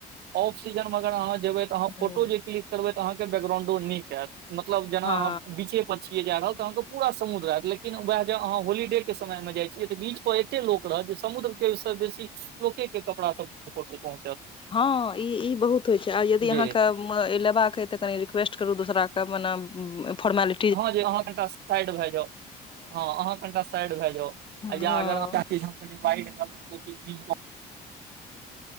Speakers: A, on the right (about 75°); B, on the left (about 30°).
A: ऑफ सीजनमे अगर अहाँ जेबै तऽ अहाँ
B: हूँ
A: फोटो जे क्लिक करबै तऽ अहाँ बैकग्राउंडो नीक एत मतलब जेना
B: हँ
A: अहाँ बीचे पछिए जा रहल तऽ अहाँके पूरा समुद्र एत लेकिन वेह जे अहाँ होलीडे के समयमे जाइ छियै तऽ बीच त एते लोक रहत जे समुद्र के से बेसी लोके के कपड़ा सब उपर से पहुँचत।
B: हँ ई ई बहुत होइत छैए आ यदि अहाँ
A: जी
B: के म ई लेबा क ऐ त कने रिक्वेस्ट करू दूसरा के मने--फार्मेलि
A: हा जै अहाँ कनिटा साइड भै जाउ। हँ अहाँ कनि टा साइड भे जाउ
B: हँ
A: या ज अगर अहाँ कनी टा वाइड हेब त <unintelligible> <unintelligible>